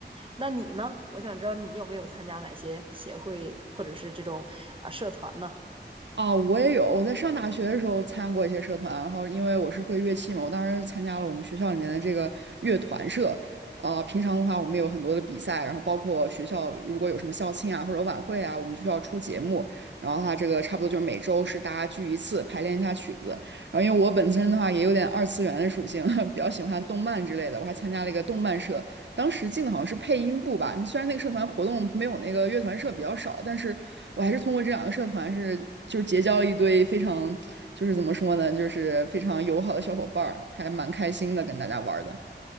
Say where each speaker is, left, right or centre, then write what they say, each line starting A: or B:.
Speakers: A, on the right; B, on the right.
A: 那你呢？我想知道你有没有参加哪些协会或者是这种啊社团呢？
B: 啊，我也有。我在上大学的时候参加过一些社团，然后因为我是会乐器嘛，我当时参加了我们学校里面的这个乐团社。啊，平常的话，我们有很多的比赛，然后包括学校如果有什么校庆啊或者晚会啊，我们就需要出节目。然后它这个差不多就是每周是大家聚一次，排练一下曲子。然后因为我本身的话也有点二次元的属性，<laughs> 比较喜欢动漫之类的，我还参加了一个动漫社，当时进的好像是配音部吧，那虽然那个社团活动没有那个乐团社比较少，但是我还是通过这两个社团是就是结交了一堆非常就是怎么说呢，就是非常友好的小伙伴儿，还蛮开心的跟大家玩儿的。